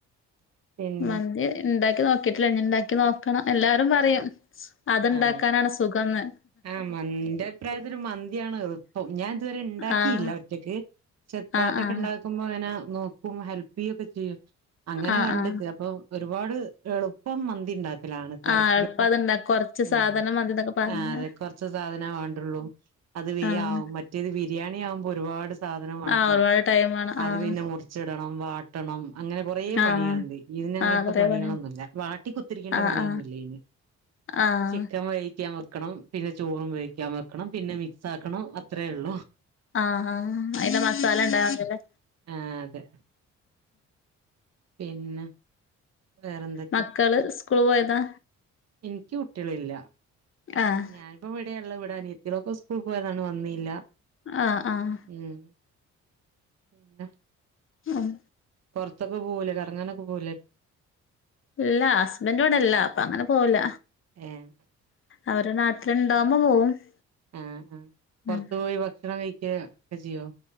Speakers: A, on the right; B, on the left.
A: പിന്നെ
B: മന്തി ഇണ്ടാക്കി നോക്കിട്ടില്ല ഇനി ഇണ്ടാക്കി നോക്കണം. എല്ലാരും പറയും. അത്ണ്ടാക്കാനാണ്
A: ആഹ്
B: സുഖന്ന്.
A: ആഹ് മ്മ് ഇന്റെ അഭിപ്രായത്തില് മന്തിയാണ് എളുപ്പം ഞാൻ ഇതുവരെ ഇണ്ടാക്കിയില്ല
B: ആഹ്
A: ഒറ്റക്ക്. ച തത്ത
B: ആഹ്
A: യൊക്കെണ്ടാക്കുമ്പോ
B: ആഹ്
A: അങ്ങനെ നോക്കും ഹെല്പിയ്യൊക്കെ ചെയ്യും. അങ്ങനെ
B: ആഹ്
A: കണ്ടിക്ക്‌
B: ആഹ്
A: അപ്പൊ ഒരുപാട് എളുപ്പം മന്തി ഇണ്ടാ--ഉ ലാണ് തെരക്കിലിപ്പ
B: ആഹ് എളുപ്പം അത്ണ്ടാ കൊറച്ച്
A: മ്മ്
B: സാധനം മതിന്നൊക്കെ പറഞ്ഞ്
A: ആ അതെ കുറച്ച് സാധന വേണ്ടുള്ളു അത് വേ
B: ആഹ്
A: ആവു മറ്റേത് ബിരിയാണിയാവുമ്പോ ഒരുപാട് സാധനം വേണം.
B: ആഹ് ഒരുപാട് ടൈം വേണം
A: അത്
B: ആഹ്
A: പിന്നെ മുറിച്ചിടണം വാ ട്ടണം അങ്ങനെ കുറേ പണിയളുണ്ട്.
B: ആഹ്
A: ഇയിനങ്ങത്തെ
B: ആഹ് കൊറേ
A: പണികളൊന്നുല്ല
B: പണിയാണ്
A: വാട്ടി കുത്തിരിക്കണ്ട
B: ആഹ്
A: പണിയൊന്നുല്ല ഇതിന്..
B: ആഹ്
A: ചിക്കൻ വേവിക്കാൻ വെക്കണം. പിന്നെ ചോറും വേവിക്കാൻ വെക്കണം. പിന്നെ മിക്സാക്കണം. അത്രേയൊള്ളു.
B: ആ ആഹ് അയിന്റെ മസാല ഇണ്ടാ അങ്ങനെ
A: ആ അതെ പിന്നെ വേറെന്തൊക്കെയാ
B: മക്കള് സ്കൂള് പോയതാ
A: ഇനിക്ക് കുട്ടികളില്ല
B: ആഹ്
A: ഞാനിപ്പോ ഇവിടെയാള്ളത്. ഇവിടെ അനിയത്തീടൊക്കെ സ്കൂള് പോയതാണ്. വന്നി ല്ല
B: ആഹ് ആഹ്
A: മ്മ് പിന്നെ
B: ആഹ്
A: പൊറത്തൊക്കെ പോവുലെ കറങ്ങാനൊക്കെ പോവൂലെ?
B: ഇല്ല ഹസ്ബന്റിവിടെല്ല അപ്പൊ അങ്ങനെ പോവൂല.
A: ഏഹ്
B: അവര് നാട്ടിലുണ്ടാവകവുമ്പോ പോവും.
A: ആ ആഹ് പൊറത്തു
B: ഉം
A: പോയി ഭക്ഷണം കഴിക്കുക ഒക്കെ ചെയ്യോ?